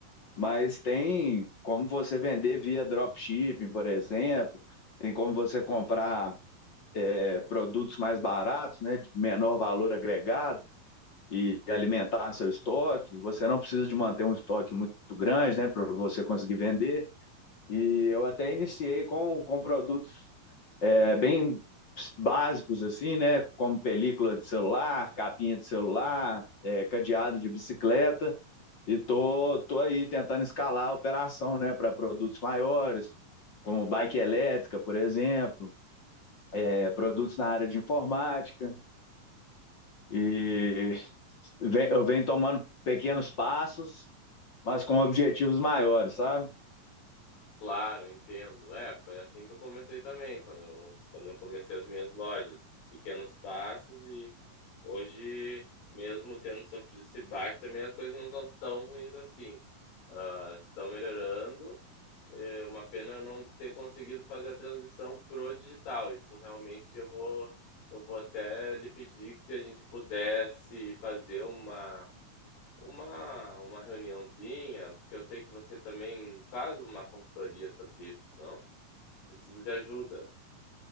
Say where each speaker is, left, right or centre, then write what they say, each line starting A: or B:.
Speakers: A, on the left; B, on the left.
A: mas tem como você vender via dropshipping, por exemplo, tem como você comprar é, produtos mais baratos, né, de menor valor agregado e alimentar seu estoque. Você não precisa de manter um estoque muito grande, né, para você conseguir vender. E eu até iniciei com, com produtos é, bem básicos assim, né, como película de celular, capinha de celular, é, cadeado de bicicleta. E tô, tô aí tentando escalar a operação, né, para produtos maiores, como bike elétrica, por exemplo, é, produtos na área de informática. E eu venho tomando pequenos passos, mas com objetivos maiores, sabe?
B: Claro, entendo. É, foi assim que eu comecei também, quando eu, quando eu comecei as minhas lojas. Pequenos passos e hoje, mesmo tendo sofrido esse baque, também as coisas não estão tão ruins assim. Ah, estão melhorando. É uma pena eu não ter conseguido fazer a transição pro digital. Isso realmente eu vou, eu vou até lhe pedir que se a gente pudesse fazer uma uma uma reuniãozinha, porque eu sei que você também faz uma consultoria sobre isso, não? Preciso de ajuda.